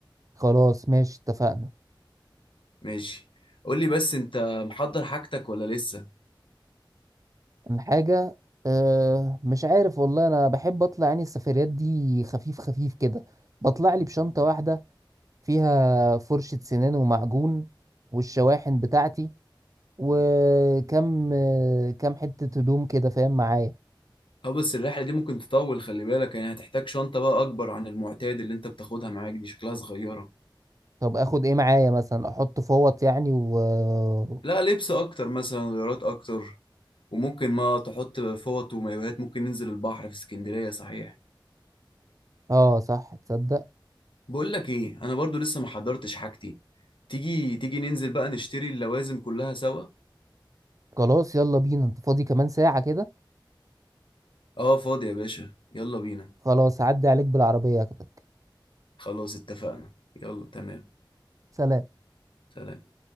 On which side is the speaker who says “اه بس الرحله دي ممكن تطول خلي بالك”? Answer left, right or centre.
Left